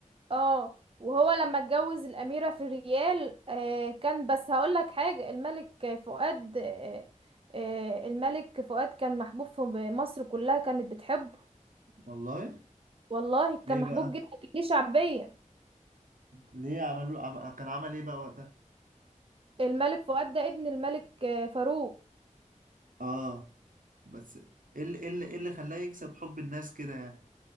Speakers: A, on the right; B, on the right.
A: اه وهو لما اتجوز الأميرة في الريال آه كان بس هقولك حاجة الملك فؤاد آه آه الملك فؤاد كان محبوب في مصر كلها كانت بتحبه
B: والله
A: والله
B: ليه
A: كان محبوب
B: بقى
A: جدا كان ليه شعبية
B: ليه عملوا عم... كان عمل ايه بقى وقتها
A: الملك فؤاد ده ابن الملك آه فاروق
B: اه بس ايه اللي ايه اللي إيه اللي خلاه يكسب حب الناس كده يعني